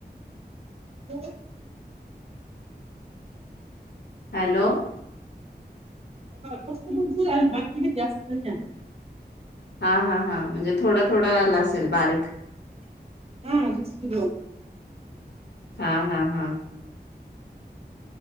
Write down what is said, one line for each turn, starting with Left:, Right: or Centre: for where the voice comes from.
Right: हा,
Left: हॅलो.
Right: बत बघ झा बाकी जास्त नाही.
Left: हा हा हा म्हणजे थोडा थोडा आला असेल बारीक
Right: हा. <inaudible>
Left: हा हा हा